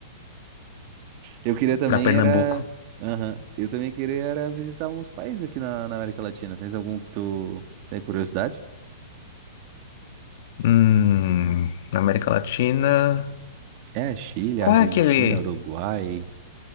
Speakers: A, on the right; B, on the left.
A: Eu queria também
B: Pra Pernambuco.
A: era. Aham. Eu também queria era visitar uns países aqui na, na América Latina. Tens algum que tu tem curiosidade?
B: Hum. Na América Latina.
A: É, Chile,
B: Qual
A: Argentina,
B: é aquele.
A: Uruguai,